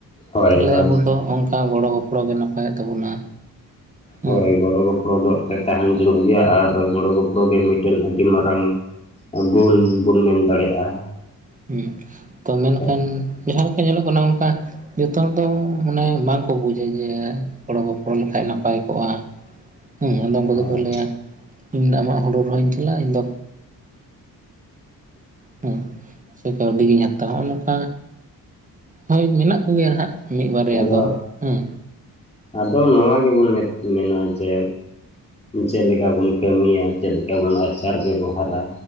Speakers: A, on the left; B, on the right.
A: ᱦᱳᱭ
B: ᱛᱟᱦᱚᱞᱮ
A: ᱦᱳᱭ
B: ᱟᱵᱚ ᱫᱚ ᱚᱱᱠᱟ ᱜᱚᱲᱚᱼ ᱜᱚᱯᱚᱲᱚ ᱜᱮ ᱱᱟᱯᱟᱭᱚᱜ ᱛᱟᱵᱚᱱᱟ᱾ ᱦᱮᱸ
A: ᱦᱳᱭ ᱜᱚᱲᱚ ᱜᱚᱯᱚᱲᱚ ᱫᱚ ᱮᱱᱛᱮᱫ ᱛᱟᱦᱮᱱ ᱡᱟᱹᱨᱩᱲ ᱜᱮᱭᱟ ᱟᱨ ᱜᱚᱲᱚ-ᱜᱚᱯᱚᱲᱚ ᱜᱮ ᱢᱤᱫᱴᱮᱱ ᱟᱹᱰᱤ ᱢᱟᱨᱟᱝ᱾ ᱜᱩᱱ ᱵᱚᱱ ᱢᱮᱱ ᱫᱟᱲᱮᱭᱟᱜᱼᱟ᱾
B: ᱦᱩᱸ ᱛᱚ
A: ᱚᱱᱠᱟ
B: ᱢᱮᱱᱠᱷᱟᱱ ᱡᱟᱦᱟᱸ ᱞᱮᱠᱟ ᱧᱮᱞᱚᱜ ᱠᱟᱱᱟ ᱚᱱᱠᱟ ᱡᱚᱛᱚ ᱦᱚᱲ ᱫᱚ ᱢᱟᱱᱮ ᱵᱟᱝᱠᱚ ᱵᱩᱡᱟ ᱡᱮ ᱜᱚᱲᱚ ᱜᱚᱯᱚᱲᱚ ᱞᱮᱠᱷᱟᱡ ᱱᱟᱯᱟᱭ ᱠᱚᱜᱼᱟ᱾ ᱦᱮᱸ ᱟᱫᱚ ᱩᱱᱠᱩ
A: ᱦᱳᱭ
B: ᱫᱚᱠᱚ ᱞᱟᱹᱭᱟ ᱤᱧ ᱫᱚ ᱟᱢᱟᱜ ᱦᱩᱲᱩ ᱨᱚᱦᱚᱭᱤᱧ ᱪᱟᱞᱟᱜᱼᱟ ᱤᱧ ᱫᱚ ᱦᱩᱸᱥᱮ ᱠᱟᱹᱣᱰᱤ ᱜᱤᱧ ᱦᱟᱛᱟᱣᱟ ᱦᱚᱸᱜᱼᱚᱸ ᱱᱚᱝᱠᱟ ᱦᱳᱭ ᱢᱮᱱᱟᱜ ᱠᱚᱜᱮᱭᱟ ᱱᱟᱦᱟᱜ ᱢᱤᱫ ᱵᱟᱨᱭᱟ
A: ᱟᱫᱚ
B: ᱫᱚ ᱦᱮᱸ
A: ᱟᱫᱚ ᱱᱚᱣᱟ ᱜᱮᱵᱚᱱ ᱢᱮᱱ ᱢᱮᱱᱟ ᱡᱮ ᱪᱮᱫ ᱞᱮᱠᱟ ᱵᱚᱱ ᱠᱟᱹᱢᱤᱭᱟ ᱪᱮᱫ ᱞᱮᱠᱟ ᱵᱚᱱ ᱟᱪᱟᱨ ᱵᱮᱵᱚᱦᱟᱨᱟ